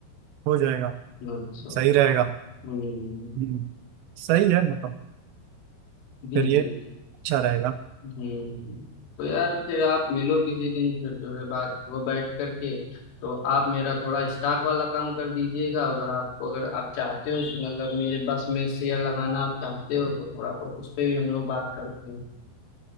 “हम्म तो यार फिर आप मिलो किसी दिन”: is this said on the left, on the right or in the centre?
Left